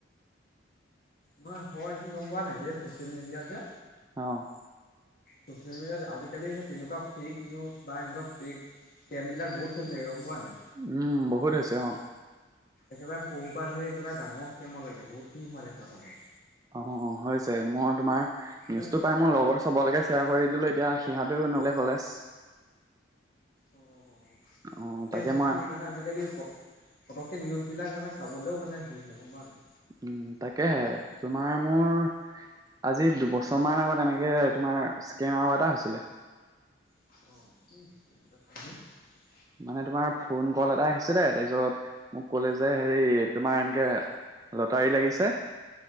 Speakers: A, on the left; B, on the right.
A: নহয়, হয় কি গম পোৱা নাই, এই চচিয়েল মিডিয়াত যে
B: অ'।
A: চচিয়েল মিডিয়াত আজিকালি সেই তেনেকুৱা ফেক নিউজ বা এনেকুৱা ফেক স্কেম বিলাক বহুত চেল থাকে, গম পোৱা নাই।
B: উম, বহুত হৈছে, অ'।
A: একেবাৰে সৰু পৰা ধৰি একেবাৰে ডাঙৰ স্কেমৰ লাগে, বহুত খিনি হোৱা দেখা পোৱা যায়।
B: অ', হৈছে, মই তোমাৰ নিউজটো
A: মানে
B: পাই মোৰ লগৰ চবলৈকে শ্বেয়াৰ কৰি দিলোঁ, এতিয়া সিহঁতেও নগলে কলেজ।
A: অ',
B: অ'
A: তাকে হে,
B: মই
A: সেই মানে আজিকালি প পতককে নিউজবিলাক মানে চাবলৈও মানে হেৰি হয়, গম পোৱা নাই।
B: উম, তাকেহে, তোমাৰ মোৰ আজি দুবছৰ মান আগত এনেকে তোমাৰ স্কেম আৰু এটা হৈছিলে।
A: অ', <unintelligible>
B: মানে তোমাৰ ফোন কল এটা আহিছিলে, তাৰপিছত মোক ক'লে যে হেৰি তোমাৰ এনেকে লটাৰী লাগিছে।